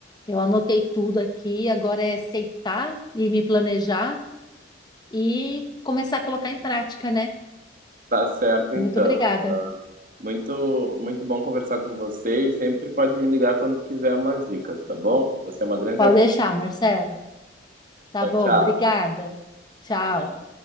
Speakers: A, on the left (about 20°); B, on the right (about 45°).
A: Eu anotei tudo aqui, agora é sentar e me planejar e começar a colocar em prática, né?
B: Tá certo, então.
A: Muito obrigada.
B: Muito, muito bom conversar com você e sempre pode me ligar quando quiser umas dicas, tá bom? Você é uma grande
A: Pode
B: amiga.
A: deixar, Marcelo. Tá bom,
B: Tchau,
A: obrigada. Tchau.
B: tchau.